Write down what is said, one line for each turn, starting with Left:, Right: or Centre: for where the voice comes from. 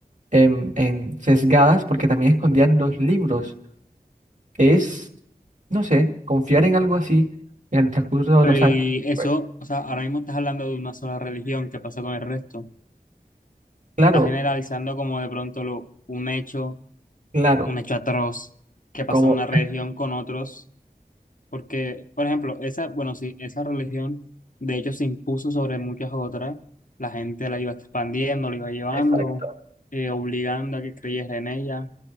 Right: en, en sesgadas porque también escondían los libros. Es, no sé, confiar en algo así en el transcurso de
Left: Pero
Right: los
Left: y
Right: años.
Left: eso,
Right: Pues
Left: o sea, ahora mismo estás hablando de una sola religión, ¿qué pasa con el resto?
Right: claro,
Left: Estás generalizando como de pronto lo, un hecho,
Right: claro,
Left: un hecho atroz que pasa
Right: como,
Left: en una religión con otros, porque, por ejemplo, esa, bueno, sí, esa religión de hecho se impuso sobre muchas otras, la gente la iba expandiendo, la iba llevando,
Right: exacto,
Left: eh, obligando a que creyes en ella,